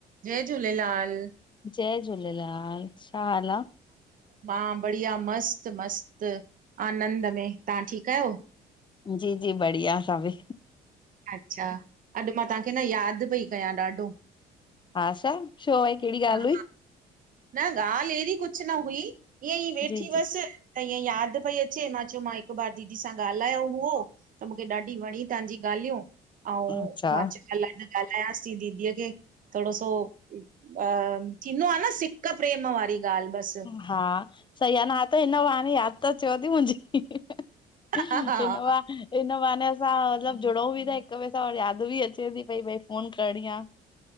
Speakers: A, on the right; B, on the left.
A: जय झूलेलाल।
B: जय झूलेलाल, छा हाल आ?
A: मां बढ़िया मस्त -मस्त आनंद में, तां ठीकु आयो?
B: जी -जी बढ़िया सभी।
A: अच्छा, अॼु मां तांखे न यादि पई कयां ॾाढो।
B: हा छा, छो भाई कहिड़ी
A: हा,
B: ॻाल्हि हुई?
A: न ॻाल्हि अहिड़ी कुछ न हुई, ईअं ई वेठी
B: जी
A: हुअसि,
B: जी
A: त ईअईं यादि पई अचे मां चयो मां हिकु बार दीदी सां ॻाल्हायो हुओ, त मूंखे ॾाढी वणी तव्हांजी ॻाल्हियूं, अऊं
B: अच्छा
A: मां चयो ॻालायां। ॻाल्हायांसि ती दीदीअ खे, थोड़ो सो अ-थींदो आ न सी सिक प्रेम वारी ॻाल्हि बसि।
B: हा, सई आ न हाणे त हिन बहाने यादि त चयेव ती मुंहिंजी। हिन
A: हा हा,
B: बहा, हिन बहाने असां मतलबु जुड़ऊं बि ता, हिक ॿे सां वरी यादि बि अचे बि पई भई फोन करिणी आ,